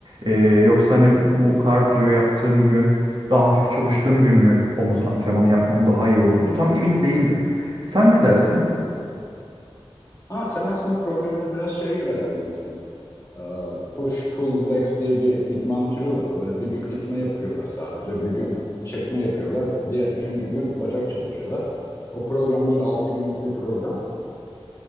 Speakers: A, on the right (about 50°); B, on the left (about 25°).
A: Eee, yoksa hani bu kardiyo yaptığım gün daha hafif çalıştığım gün mü omuz antrenmanı yapmam daha iyi olurdu? Tam emin değildim. Sen ne dersin?
B: Ha, sen aslında programını biraz şeye göre ayarlamışsın. Ee, Push pull legs diye bir idman türü var. Böyle bir gün itme yapıyorlar sadece. Bir gün çekme yapıyorlar. Diğer üçüncü gün bacak çalışıyorlar. O program böyle altı günlük bir program.